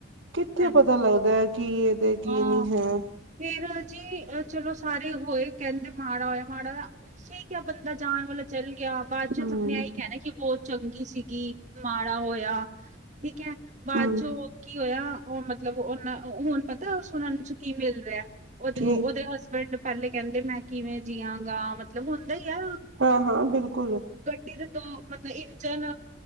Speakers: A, on the right; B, on the right.
A: ਕਿੱਥੇ
B: ਹਾਂਜੀ
A: ਪਤਾ ਲੱਗਦਾ। ਕੀ ਇਹ, ਤੇ ਕੀ
B: ਹਾਂ,
A: ਨਹੀਂ ਹੈ।
B: ਫੇਰ ਜੀ ਚਲੋ, ਸਾਰੇ ਹੋਏ ਕਹਿੰਦੇ, ਮਾੜਾ ਹੋਇਆ ਮਾੜਾ ਠੀਕ ਹੈ ਬੰਦਾ ਜਾਣ ਵਾਲਾ ਚੱਲ ਗਿਆ। ਬਾਦ ਚ'
A: ਹੂੰ,
B: ਸਭ ਨੇ ਆਪਣੇ ਆ ਹੀ ਕਹਿਣਾ ਕਿ ਬਹੁ ਚੰਗੀ ਸੀਗੀ। ਮਾੜਾ ਹੋਇਆ। ਠੀਕ ਹੈ। ਬਾਅਦ
A: ਹੂੰ
B: ਚੋਂ ਕੀ ਹੋਇਆ। ਉਹ ਮਤਲਬ ਉਹਨਾਂ ਹੁਣ ਪਤਾ ਉਹਨਾਂ ਚ' ਕੀ ਮਿਲ ਰਿਹਾ। ਉਹਦੇ,
A: ਕੀ
B: ਉਹਦੇ ਹਸਬੈਂਡ ਪਹਿਲੇ ਕਹਿੰਦੇ ਮੈਂ ਕਿਵੇਂ ਜੀਆਂਗਾ, ਮਤਲਬ ਹੁੰਦਾ ਹੀ ਆ।
A: ਹਾਂ -ਹਾਂ ਬਿਲਕੁਲ।
B: ਗੱਡੀ ਦੇ ਦੋ ਮਤਲਬ, ਇੰਜਨ